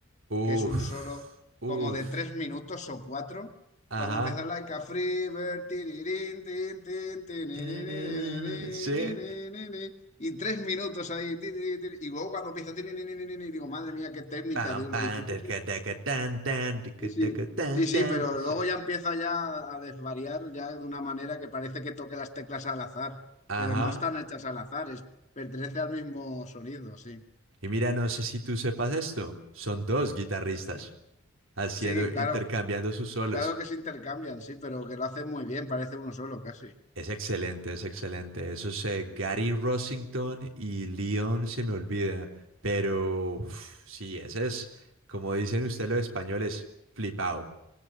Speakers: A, on the right; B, on the left.
A: Uf,
B: que es un solo
A: uf.
B: como de tres minutos o cuatro.
A: Ajá.
B: Cuando empieza like a free bird, tirirín, tin, tin, tinirininininininini,
A: Tararara, Sí.
B: y tres minutos ahí, tirirí, y luego cuando empieza, y digo, madre mía, qué técnica,
A: Pam,
B: digo,
A: pam,
B: lo difícil
A: taca,
B: que es.
A: taca, tan, tan, tica,
B: Sí, sí,
A: taca, tan,
B: sí, sí,
A: tan.
B: pero luego
A: Sí.
B: ya empieza ya a desvariar, ya de una manera que parece que toque las teclas al azar,
A: Ajá.
B: pero no están hechas al azar, es, pertenece al mismo sonido, sí.
A: Y mira, no sé si tú sepas esto. Son dos guitarristas haciendo,
B: Sí,
A: intercambiando
B: claro.
A: sus solos.
B: Claro que se intercambian, sí, pero que lo hacen muy bien, parece uno solo casi.
A: Es excelente, es excelente. Esos eh, Gary Rossington y Leon se me olvida, pero uf, sí, ese es, como dicen ustedes los españoles, flipado.